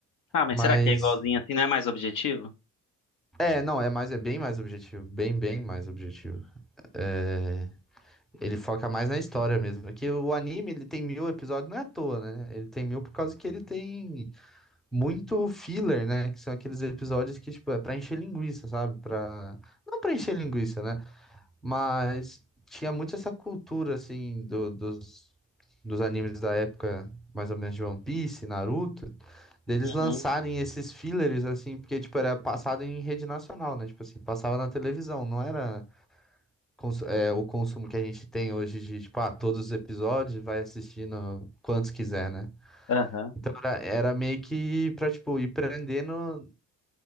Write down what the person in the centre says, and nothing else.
Mas,
é, não, é mais, é bem mais objetivo, bem, bem mais objetivo. É, ele foca mais na história mesmo, porque o anime, ele tem mil episódios, não é à toa, né? Ele tem mil por causa que ele tem muito filler, né? Que são aqueles episódios que, tipo, é pra encher linguiça, sabe? Pra... Não pra encher linguiça, né? Mas tinha muito essa cultura, assim, do- dos, dos animes da época, mais ou menos de One Piece, Naruto, deles
lançarem esses fillers, assim, porque, tipo, era passado em rede nacional, né? Tipo assim, passava na televisão, não era cons- é, o consumo que a gente tem hoje de, tipo, ah, todos os episódios, vai assistindo quantos quiser, né?
Então era, era meio que pra, tipo, ir prendendo